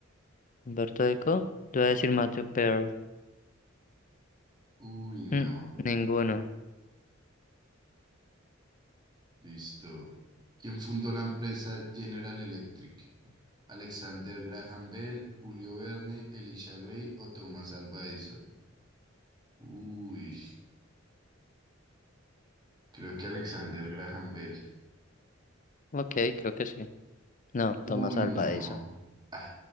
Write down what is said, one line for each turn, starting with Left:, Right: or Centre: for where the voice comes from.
Left: Humberto Eco, yo voy a decir Matthew Pearl.
Right: Uy, no.
Left: Mm, ninguno.
Right: Listo. ¿Quién fundó la empresa General Electric? Alexander Graham Bell, Julio Verne, Elisha Gray o Thomas Alva Edison. Uy, creo que Alexander Graham Bell.
Left: Ok, creo que sí. No,
Right: Uy,
Left: Thomas Alva
Right: no.
Left: Edison.
Right: Ay,